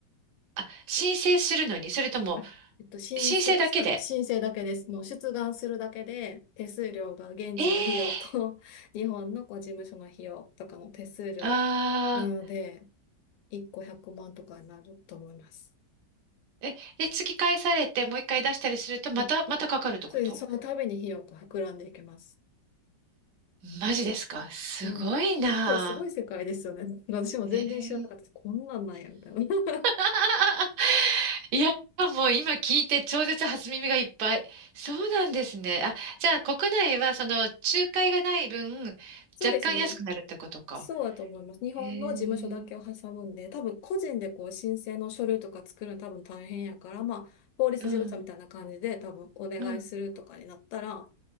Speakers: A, on the right; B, on the left.
A: あ、申請するのに、それとも、
B: あえっと、申請、
A: 申請だけで。
B: あ、申請だけです。もう出願するだけで、手数料が現地の費用と、
A: ええー、
B: <laughs> 日本のこう事務所の費用とかの手数料なので、
A: ああ
B: 1個100万とかになると思います。
A: え、で、次返されて、もう一回出したりすると、また、
B: あ、
A: またかかるってこと
B: そうです。その度に費用が膨らんでいきます。
A: マジですかすごいな
B: すごい。結構すごい世界ですよね。<laughs> 私も全然知らなかったです。
A: ぁ。えー
B: こんなんなんや、みたいな。<laughs>
A: <laughs> いや、もう今聞いて超絶初耳がいっぱい。そうなんですね。あ、じゃあ国内はその仲介がない分、
B: そうですね。
A: 若干安くなるってことか。
B: そうだと思います。日本の事務所だけを挟むんで、
A: へえ。
B: 多分個人でこう申請の書類とか作るの多分大変やから、まあ、法律事務所みたいな感じで多分お願いするとかになったら、
A: うん、うん。